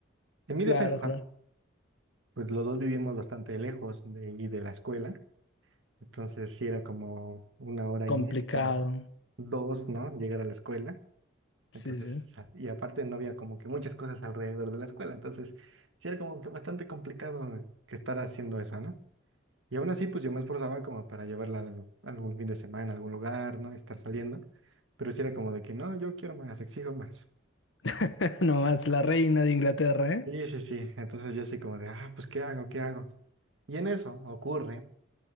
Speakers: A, on the right (about 75°); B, on the left (about 70°).
A: En mi
B: claro,
A: defensa,
B: claro.
A: pues los dos vivimos bastante lejos de ahí de la escuela, entonces sí era como una hora y
B: Complicado.
A: media, dos, ¿no? Llegar a la escuela.
B: Sí,
A: Entonces,
B: sí.
A: a- y aparte no había como que muchas cosas alrededor de la escuela, entonces sí era como que bastante complicado que estar haciendo eso, ¿no? Y aún así, pues yo me esforzaba como para llevarla al- algún fin de semana, a algún lugar, ¿no? Estar saliendo, pero sí era como de que no, yo quiero más, exijo más.
B: <laughs> Nomás la reina de Inglaterra, ¿eh?
A: Sí, sí, sí, entonces yo así como de, ah, pues ¿qué hago? ¿Qué hago? Y en eso ocurre